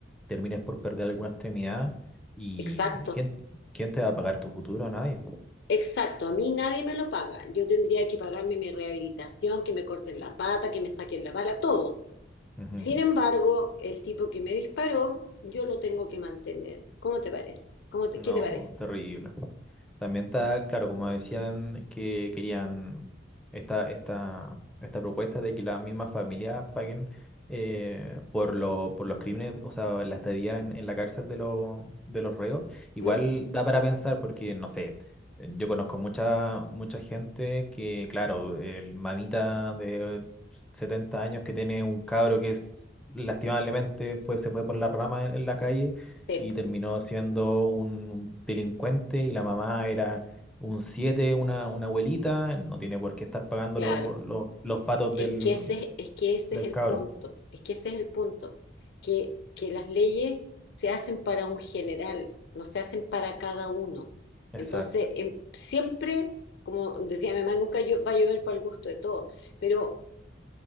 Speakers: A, in the centre; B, on the left.
A: termines por perder alguna extremidad. ¿Y
B: Exacto,
A: quién, quién te va a pagar tu futuro? Nadie.
B: exacto. A mí nadie me lo paga. Yo tendría que pagarme mi rehabilitación, que me corten la pata, que me saquen la bala, todo.
A: Ujú.
B: Sin embargo, el tipo que me disparó, yo lo tengo que mantener. ¿Cómo te parece? ¿Cómo te-
A: No,
B: qué te parece?
A: terrible. También está, claro, como decían que querían esta, esta, esta propuesta de que las mismas familias paguen eh, por, lo, por los crímenes, o sea, la estadía en, en la cárcel de, los de los reos, igual
B: ¿Mm?
A: da para pensar porque, no sé, eh, yo conozco mucha, mucha gente que, claro, el mamita de 70 años que tiene un cabro que es, lastimablemente fue, se fue por la rama en en la calle
B: Tepo,
A: y terminó siendo un delincuente y la mamá era un siete, una, una abuelita, eh, no tiene por qué estar pagando
B: claro.
A: lo- lo- los patos
B: Es
A: del,
B: que ese, es que ese
A: del
B: es el
A: cabro.
B: punto, es que ese es el punto, que, que las leyes se hacen para un general, no se hacen para cada uno.
A: Exacto.
B: Entonces, em, siempre, como decía mi mamá, nunca llo- va a llover para el gusto de todos, pero